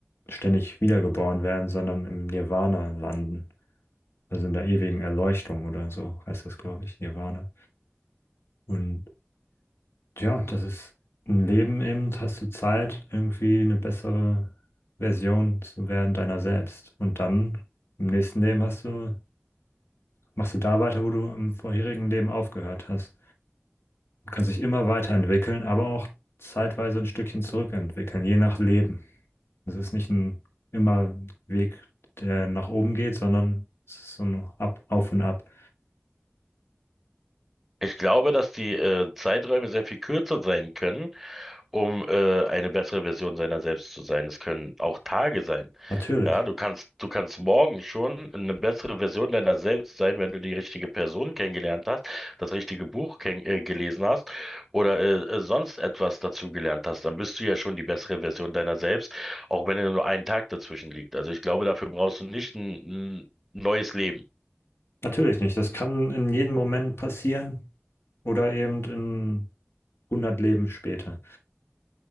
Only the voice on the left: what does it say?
ständig wiedergeboren werden, sondern im Nirvana landen. Also in der ewigen Erleuchtung oder so heißt das, glaube ich, Nirvana. Und ja, das ist ein Leben eben, hast du Zeit, irgendwie eine bessere Version zu werden deiner selbst. Und dann im nächsten Leben hast du, machst du da weiter, wo du im vorherigen Leben aufgehört hast. Du kannst dich immer weiterentwickeln, aber auch zeitweise ein Stückchen zurückentwickeln, je nach Leben. Also Es ist nicht ein immer Weg, der nach oben geht, sondern es ist so ein Ab, Auf und Ab.
Natürlich,
natürlich nicht. Das kann in jedem Moment passieren oder eben in 100 Leben später.